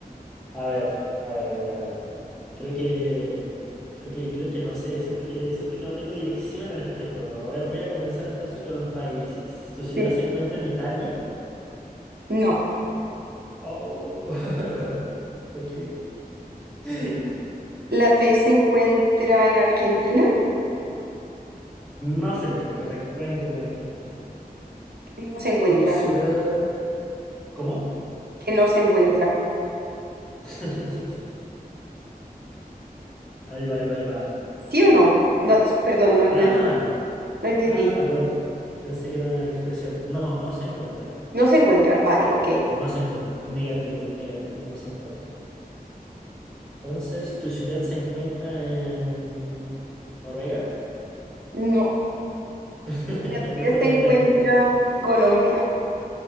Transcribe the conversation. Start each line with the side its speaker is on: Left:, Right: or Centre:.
Centre: A ver, a ver, a ver, a ver. Creo que, creo que, creo que no sé, siento que, siento que no tengo dirección en este juego. A ver, voy a comenzar entonces con los países. ¿Tu ciudad
Right: Sí.
Centre: se encuentra en Italia?
Right: No.
Centre: Oh, <laughs> ok. <laughs>
Right: La tuya se encuentra en Argentina.
Centre: No, señorita, no se encuentra en Argentina.
Right: No se encuentra,
Centre: ¿Tu ciudad...
Right: ¿no?
Centre: ¿Cómo?
Right: Que no se encuentra.
Centre: <laughs> Ahí va, ahí va, ahí va.
Right: ¿Sí o no? No, s- perdón, no, no
Centre: Ah,
Right: ent- no entendí.
Centre: ah, perdón. Pensé que era una expresión. No, no se encuentra.
Right: No se encuentra. Vale, ok.
Centre: No se encuentra. Negativo, negativo, no se encuentra. Entonces, ¿tu ciudad se encuentra en Noruega?
Right: No.
Centre: <laughs>
Right: ¿La tuya
Centre: Me fui
Right: se
Centre: muy
Right: encuentra
Centre: lejos. <laughs>
Right: en Colombia?